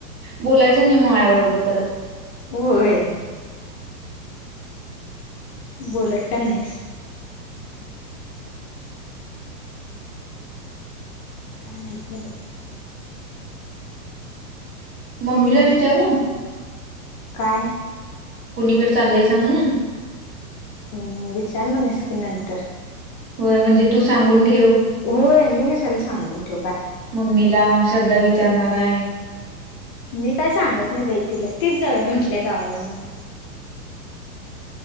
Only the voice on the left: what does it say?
होय. बोलत का नाहीस? काय माहित नाही बाई.
हा
काय?
हम्म विचार म्हणस की नंतर.
होय मी कशाला सांगून ठेवू काय.
मी काय सांगत नाही बाई तिला तीच जाऊया म्हटल्या गावाला मला.